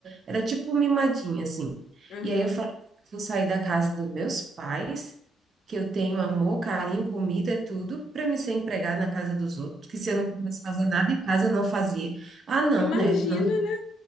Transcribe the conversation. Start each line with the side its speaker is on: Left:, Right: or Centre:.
Right: era tipo mimadinha, assim.
Left: Aham.
Right: E aí eu falei, vou sair da casa dos meus pais, que eu tenho amor, carinho, comida, é tudo, para me ser empregada na casa dos outros, que se eu não quisesse fazer nada em casa, eu não fazia. Ah, não,
Left: Imagina,
Right: né? Não.
Left: né?